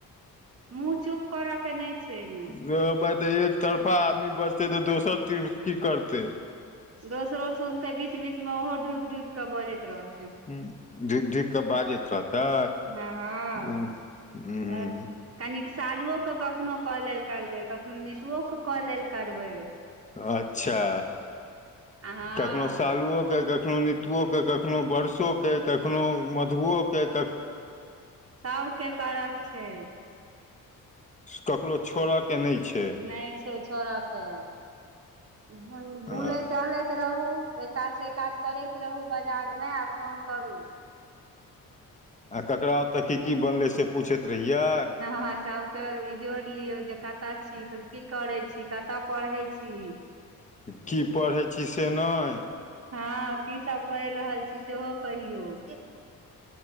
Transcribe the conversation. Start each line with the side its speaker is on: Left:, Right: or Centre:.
Right: मुँह चुप करऽके नहि छै एहिमे।
Left: रौ, माइ तऽ एकतरफा आदमी बजतै तऽ दोसर तरफ की करतै?
Right: दोसरो सुनतै, बीच बीचमे ओहो ढुकि ढुकि कऽ बजैत रहतै।
Left: हँ, ढुकि ढुकि कऽ बजैत रहतै।
Right: हँ हँ
Left: हूँ
Right: आर कनिक सालुओकेँ कखनो कऽ लेल करबै, कखनो नितुओकेँ कऽ लेल करबै।
Left: अच्छा,
Right: आ हँ
Left: कखनो सालुओकेँ कऽ कखनो नीतुओकेँ, कखनो वर्षोकेँ, कखनो मधुओकेँ।
Right: सभके कऽ के छै।
Left: ककरो छोड़य के नहि छै।
Right: नहि छै, छोड़ि के उमहर
Left: हँ
Right: बुलैत टहलैत रहू। ऐ कातसँ ऐ कात करैत रहू बाजारमे आ फोन करू।
Left: आ ककरा ओतऽ की की बनलै से पूछैत रहियै।
Right: हँ, सभके ई जोड़ि लियौ जे कतऽ छी, की करै छी, कतऽ पढ़ै छी।
Left: की पढ़ै छी से नहि
Right: हँ, की सभ पढ़ि रहल छी सेहो कहियौ।